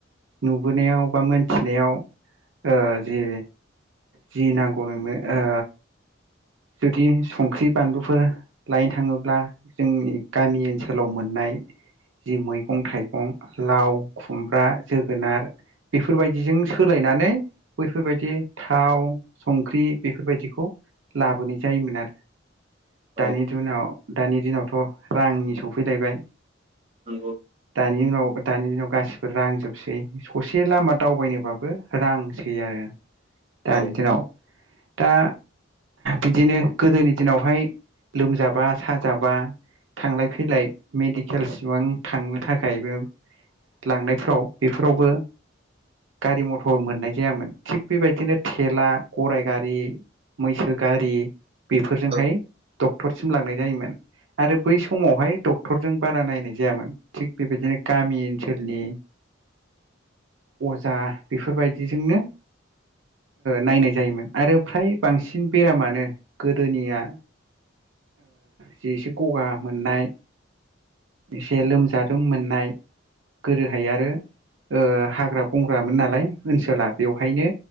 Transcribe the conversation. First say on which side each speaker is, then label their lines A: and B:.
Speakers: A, on the right; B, on the right.
A: नुबोनायाव बा मोनथिनायाव ओ जि जि नांगौ नोंनो ओ जुदि संख्रि बानलुफोर लायनो थाङोब्ला जोंनि गामि ओनसोलाव मोननाय जि मैगं-थाइगं लाव, खुमब्रा, जोगोनार बेफोरबायदिजों सोलायनानै बैफोरबायदि थाव संख्रि बेफोरबायदिखौ लाबोनाय जायोमोन आरो दानि
B: औ
A: दुनाव दानि दिनावथ' रांनि सौफैलायबाय
B: नंगौ
A: दानि उनाव दानि दिनाव गासिबो रांजोबसै ससे लामा दावबायनोबाबो रांसै आरो दानि
B: औ
A: दिनाव। दा बिदिनो गोदोनि दिनावहाय लोमजाबा साजाबा थांलाय फैलाय मेडिकेल सिबां थांनो थाखायबो लांनायफोराव बेफोरावबो गारि मथर मोननाय जायामोन। थिग बेबायदिनो थेला, गराय गारि मैसो गारि बेफोरजोंहाय
B: औ
A: डक्टरसिम लांनाय जायोमोन। आरो बै समावहाय डक्टरजों बारा नायनाय जायामोन। थिग बेबायदिनो गामि ओनसोलनि अजा बेफोरबायदिजोंनो नायनाय जायोमोन आरो फ्राय बांसिन बेरामानो गोदोनिया जि एसे गगा मोननाय एसे लोमजारोम मोननाय, गोरोहाय आरो हाग्रा बंग्रामोन नालाय ओनसोला, बेवहायनो